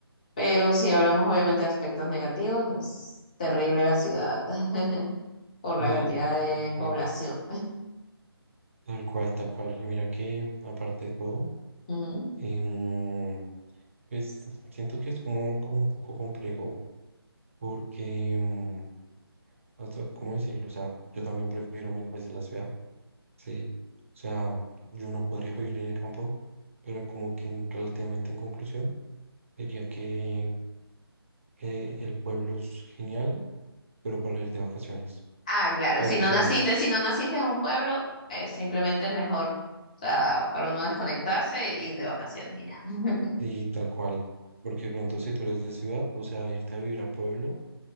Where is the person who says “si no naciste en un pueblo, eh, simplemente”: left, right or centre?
Left